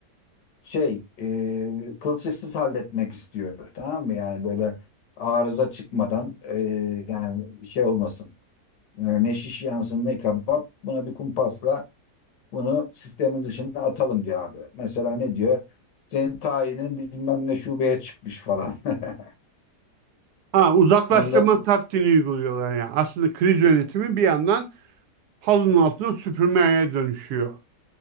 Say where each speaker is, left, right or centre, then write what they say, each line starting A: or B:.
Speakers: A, on the left; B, on the right.
A: şey e, kılçıksız halletmek istiyor tamam mı yani böyle arıza çıkmadan e, yani şey olmasın E, ne şiş yansın ne kebap buna bir kumpasla bunu sistemin dışında atalım diyor abi mesela ne diyor senin tayinin bilmem ne şubeye çıkmış falan. <laughs>
B: Ha, uzaklaştırma
A: Ondan
B: taktiğini uyguluyorlar yani. Aslında kriz yönetimi bir yandan halının altına süpürmeye dönüşüyor.